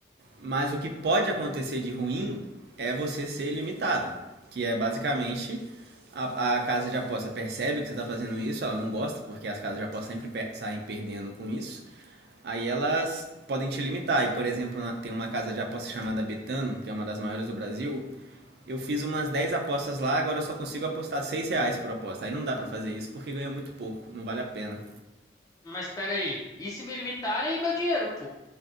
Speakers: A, on the right; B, on the left.
A: Mas o que pode acontecer de ruim é você ser limitado, que é basicamente a, a casa de aposta percebe que você está fazendo isso, ela não gosta, porque as casas de aposta sempre per saem perdendo com isso. Aí elas podem te limitar. E, por exemplo, tem uma casa de aposta chamada Betano, que é uma das maiores do Brasil. Eu fiz umas 10 apostas lá, agora eu só consigo apostar 6 reais por aposta. Aí não dá pra fazer isso porque ganha muito pouco, não vale a pena.
B: Mas pera aí, e se me limitarem e meu dinheiro, pô,